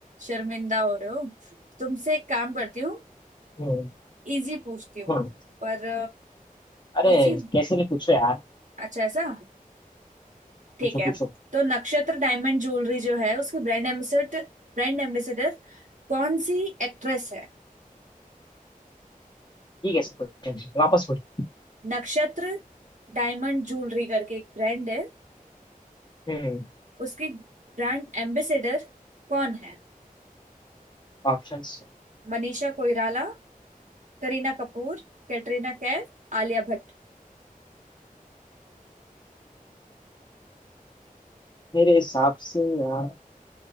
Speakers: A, on the right; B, on the left.
A: शर्मिंदा हो रहे हो तुमसे एक काम करती हूँ
B: हम्म
A: इजी पूछती हूँ
B: हम्म
A: पर
B: अरे
A: इजी
B: कैसे भी पूछो यार
A: अच्छा ऐसा ठीक
B: पूछो
A: है
B: पूछो
A: तो नक्षत्र डायमंड ज्वेलरी जो है उसके ब्रांड एम्बेसडर ब्रांड एम्बेसडर कौन सी एक्ट्रेस है
B: ठीक है सब question है, वापस पूछो
A: नक्षत्र डायमंड ज्वेलरी करके एक ब्रांड है
B: हम्म
A: उसके ब्रांड एम्बेसडर कौन है
B: ऑप्शंस
A: मनीषा कोइराला करीना कपूर कैटरीना कैफ आलिया भट्ट
B: मेरे हिसाब से यार